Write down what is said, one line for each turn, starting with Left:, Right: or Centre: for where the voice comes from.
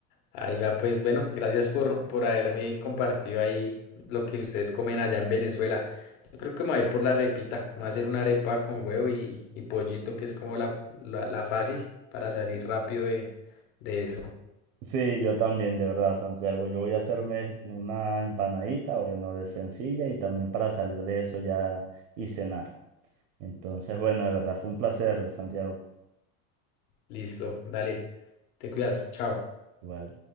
Left: Ahí va, pues bueno, gracias por, por haberme compartido ahí lo que ustedes comen allá en Venezuela. Yo creo que me voy a ir por la repita, me voy a hacer una arepa con huevo y, y pollito, que es como la, la, la fácil para salir rápido de, de eso.
Right: Sí, yo también, de verdad, Santiago, yo voy a hacerme una empanadita, bueno, de sencilla y también para salir de eso ya y cenar. Entonces, bueno, de verdad fue un placer, Santiago.
Left: Listo, dale, te cuidas, chao.
Right: Igual.